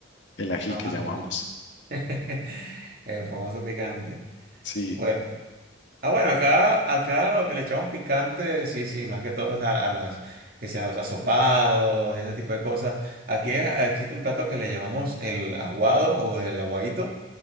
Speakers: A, on the left; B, on the right.
A: el ají
B: Ah,
A: que llamamos.
B: bueno. <laughs> El famoso picante.
A: Sí,
B: Bueno, ah, bueno, acá, acá lo que le echamos picante, sí, sí, más que todo es a, a las, que sea, los asopados y ese tipo de cosas. Aquí eh, existe un plato que le llamamos el aguado o el aguadito,